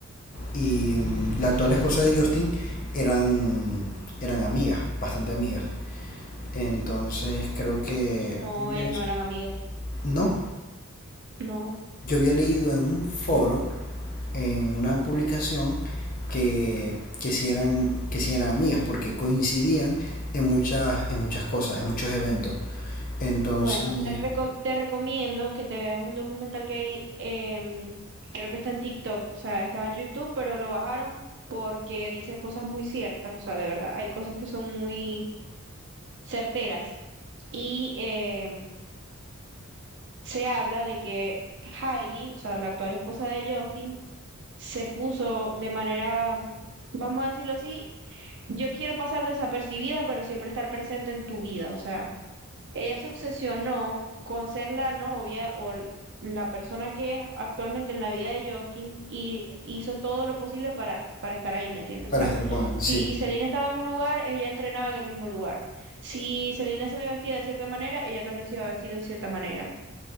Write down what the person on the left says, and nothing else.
y la actual esposa de Justin eran, eran amigas, bastante amigas. Entonces creo que...
creo que
eso.
No,
Yo había leído en un foro, en una publicación, que, que, si, eran, que si eran amigas, porque coincidían en muchas, en muchas cosas, en muchos eventos. Entonces,
para
estar con él,
sí.